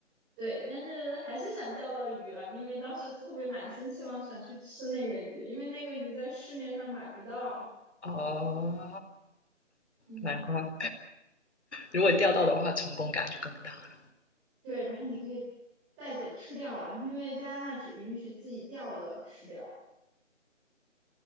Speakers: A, in the centre; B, on the left.
A: 对，但是还是想钓到鱼啊，因为当时特别满心期望想去吃那个鱼，因为那个鱼在市面上买不到。
B: 哦，
A: 嗯，
B: 难怪如果钓到的话，成功感就更大了。
A: 对，然后你可以带走吃掉啊，因为加拿大只允许自己钓的吃掉。